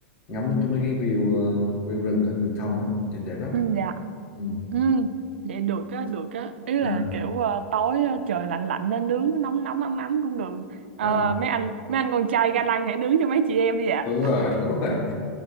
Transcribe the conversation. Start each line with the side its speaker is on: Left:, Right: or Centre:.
Left: ngắm cái mấy cái view ờ, view rừng á rừng thông á nhìn đẹp lắm
Right: ừm, dạ
Left: ừ.
Right: Ừm, vậy được á được á ý là
Left: À.
Right: kiểu ờ, tối ờ, trời lạnh lạnh nên nướng nó nóng nóng ấm ấm cũng được Ờ,
Left: ờ,
Right: mấy anh mấy anh con trai ga lăng hãy nướng cho mấy chị em đi ạ
Left: đúng rồi đúng rồi <laughs>